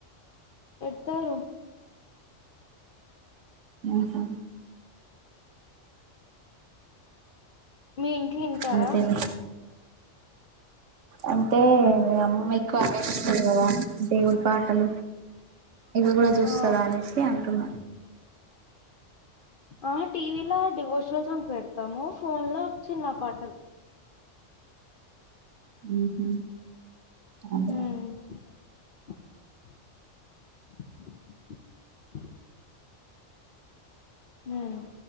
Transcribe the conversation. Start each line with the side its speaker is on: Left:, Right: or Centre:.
Left: పెడతారు
Right: ఆహా
Left: మీ ఇంట్లో వింటారా
Right: అంతేలే అంటే అమ్మమ్మ ఎక్కువ అవే వింటాది కదా దేవుడి పాటలు ఇవి కూడా చూస్తదా
Left: ఆ
Right: అనేసి అంటున్నా
Left: ఆ టీవీలో డివోషనల్ సాంగ్స్ పెడతాము ఫోన్ లో సినిమా పాటలు
Right: హ్మ్ హు అదే
Left: ఉమ్ <inaudible> <inaudible> హ్మ్